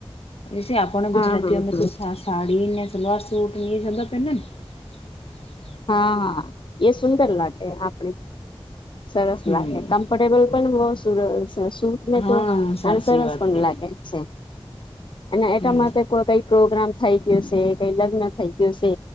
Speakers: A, on the left (about 80°); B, on the left (about 55°).
A: વેસે આપડને
B: હા
A: ગુજરાતીઓને
B: હા હા
A: તો સા સાડી ને સલવાર-સૂટ ને સતત <unintelligible>
B: હા, હા એ સુંદર લાગે આપણે. સરસ
A: હમ્મ
B: લાગે કમ્ફર્ટેબલ પણ બઉ સુર સૂટ મેં
A: હા
B: તો
A: સાચી
B: અન સરસ
A: વાત
B: પણ
A: હે
B: લાગે છે. અને એટા
A: હમ્મ
B: માટે કોઈ કઈ પ્રોગ્રામ થઈ ગયો શે. કઈ લગ્ન થઈ ગયું શે.